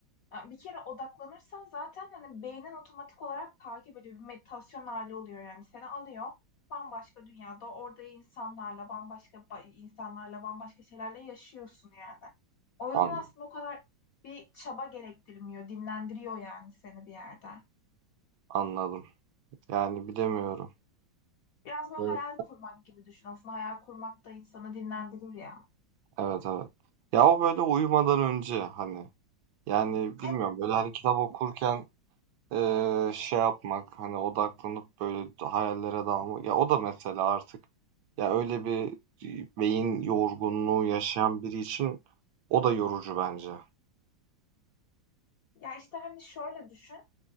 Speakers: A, on the left; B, on the right.
A: Yani bir kere odaklanırsan zaten hani beynin otomatik olarak takip ediyor. Bir meditasyon hali oluyor yani seni alıyor. Bambaşka dünyada orada insanlarla bambaşka ba- insanlarla bambaşka şeylerle yaşıyorsun yani. O
B: An-
A: yüzden aslında o kadar bir çaba gerektirmiyor. Dinlendiriyor yani seni bir yerde.
B: Anladım. Yani bilemiyorum.
A: Biraz böyle
B: Evet,
A: hayal kurmak gibi düşün. Aslında hayal kurmak da insanı dinlendirir ya.
B: evet. evet. Ya o böyle uyumadan önce hani yani
A: Evet.
B: bilmiyorum böyle hani kitap okurken eee, şey yapmak hani odaklanıp böyle hayallere dalmak ya o da mesela artık ya öyle bir beyin yorgunluğu yaşayan biri için o da yorucu bence.
A: Ya işte hani şöyle düşün.